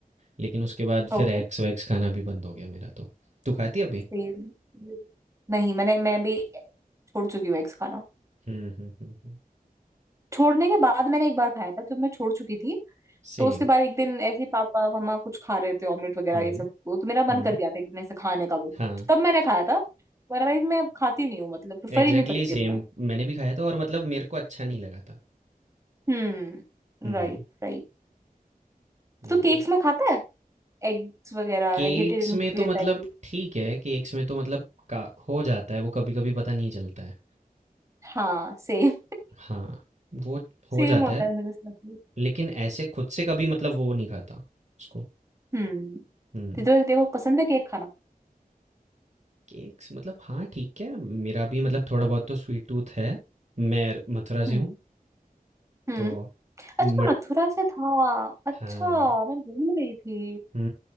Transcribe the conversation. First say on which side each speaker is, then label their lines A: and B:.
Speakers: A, on the right; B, on the right.
A: लेकिन उसके बाद
B: ओके
A: फिर एक्स वैक्स खाना भी बंद हो गया मेरा तो तू खाती है अभी
B: सेम नहीं मैंने मैं भी छोड़ चुकी हूँ एग्स खाना
A: हम्म हम्म हम्म
B: छोड़ने के बाद मैंने एक बार खाया था जब मैं छोड़ चुकी थी
A: सेम
B: तो उसके बाद एक दिन ऐसे ही पापा मम्मा कुछ खा रहे थे ऑमलेट वगैरह
A: हम्म
B: ये
A: same, हम्म
B: सब तो, तो मेरा मन
A: हम्म,
B: कर गया था एक दिन ऐसे खाने का वो
A: हाँ
B: तब मैंने खाया था अदरवाइज मैं अब खाती नहीं हूँ मतलब प्रेफर
A: एग्ज़ैक्टली
B: ही नहीं करती
A: सेम,
B: अब मैं
A: मैंने भी खाया था और मतलब मेरे को अच्छा नहीं लगा था।
B: हम्म
A: हुँ,
B: राइट राइट
A: हुँ।
B: तो केक्स में खाता है एग्स वगैरह
A: केक्स
B: एगिटेरियन
A: में तो
B: लेता
A: मतलब
B: है केक
A: ठीक है, केक्स में तो मतलब का हो जाता है, वो कभी-कभी पता नहीं चलता है।
B: हाँ सेम
A: हाँ, वो हो
B: सेम
A: जाता
B: <laughs> होता
A: है,
B: है मेरे साथ भी।
A: लेकिन ऐसे खुद से कभी मतलब वो नहीं खाता उसको।
B: हम्म
A: हुँ,
B: तो देखो देखो, पसंद है केक खाना
A: केक्स मतलब हाँ, ठीक है, मेरा भी मतलब थोड़ा बहुत तो स्वीट टूथ है। मैं मथुरा से
B: हम्म
A: हूँ,
B: हम्म
A: तो
B: अच्छा
A: मट
B: मथुरा से था अच्छा
A: हाँ,
B: मैं भूल गई थी
A: हुँ,